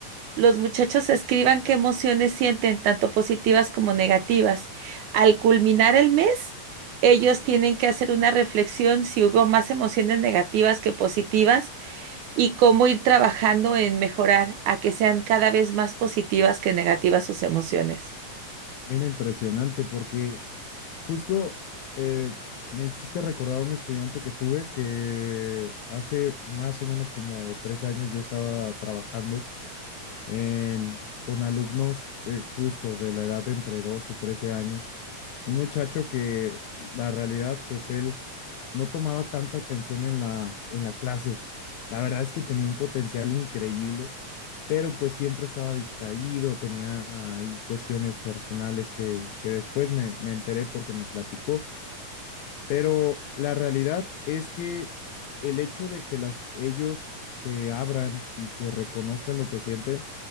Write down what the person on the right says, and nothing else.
los muchachos escriban qué emociones sienten, tanto positivas como negativas. Al culminar el mes, ellos tienen que hacer una reflexión si hubo más emociones negativas que positivas y cómo ir trabajando en mejorar a que sean cada vez más positivas que negativas sus emociones.